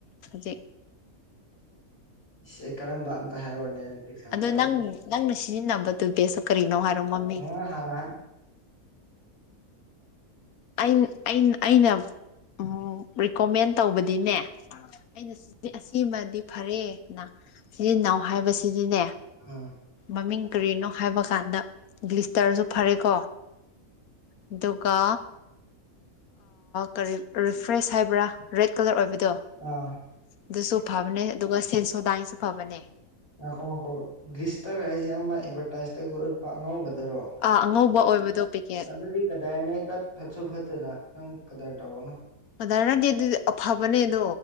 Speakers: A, on the left; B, on the left.
A: ꯖꯦ
B: ꯏꯁꯦ ꯀꯔꯝꯕ ꯑꯝꯇ ꯍꯥꯏꯔꯛꯑꯣꯅꯦ ꯑꯦꯛꯖꯥꯝꯄꯜ
A: ꯑꯗꯣ ꯅꯪ ꯅꯪꯅ ꯁꯤꯖꯤꯟꯅꯕꯗꯨ ꯦꯁꯨ ꯀꯔꯤꯅꯣ ꯍꯥꯏꯔꯝ ꯃꯃꯤ
B: ꯎꯝ ꯍꯥꯟꯅ
A: ꯑ ꯑ ꯑꯩꯅ ꯎꯝ ꯔꯤꯀꯣꯃꯦꯟ ꯇꯧꯕꯗꯤꯅꯦ ꯑꯩꯅ ꯑꯁꯤꯃꯗꯤ ꯐꯔꯦꯅ ꯁꯤꯆꯤꯟꯜ ꯏꯅꯥꯎ ꯍꯥꯏꯕꯁꯤꯗꯤꯅꯦ
B: ꯑꯥ
A: ꯃꯃꯤꯡ ꯀꯔꯤꯅꯣ ꯍꯥꯏꯕ ꯀꯥꯟꯗ ꯒꯂꯤꯁꯇꯔꯁꯨ ꯐꯔꯦꯀꯣ ꯑꯗꯨꯒ ꯀꯔꯤ ꯔꯤꯐ꯭ꯔꯦꯁ ꯍꯥꯏꯕ꯭ꯔꯥ ꯔꯦꯗ ꯀꯂꯔ ꯑꯣꯏꯕꯗꯣ
B: ꯑꯥ
A: ꯑꯗꯨꯁꯨ ꯐꯕꯅꯦ ꯑꯗꯨꯒ ꯁꯦꯟ ꯁ ꯗꯥꯡꯁꯨ ꯐꯕꯅꯦ
B: ꯉꯈꯣꯡ ꯉꯥꯛꯈꯣꯡ ꯂꯤꯁꯇꯔ ꯍꯥꯏꯁꯦ ꯑꯃ ꯑꯦꯗꯚꯔꯇꯥꯏꯁꯇꯒ ꯎꯠꯄ ꯑꯉꯧꯕꯗꯔꯣ
A: ꯑꯥ ꯑꯉꯧꯕ ꯑꯣꯏꯕꯗꯣ ꯄꯦꯛꯀꯦꯠ
B: ꯑꯗꯨꯗꯤ ꯀꯗꯔꯅꯦ ꯇꯠ ꯐꯠꯁꯨ ꯐꯠꯇꯅ ꯅꯪ ꯀꯗꯔ ꯇꯧꯒꯅꯨ
A: ꯑꯗꯨꯗꯔꯅꯗꯤ ꯑꯗꯨꯗꯤ ꯑꯐꯕꯅꯦ ꯑꯗꯨ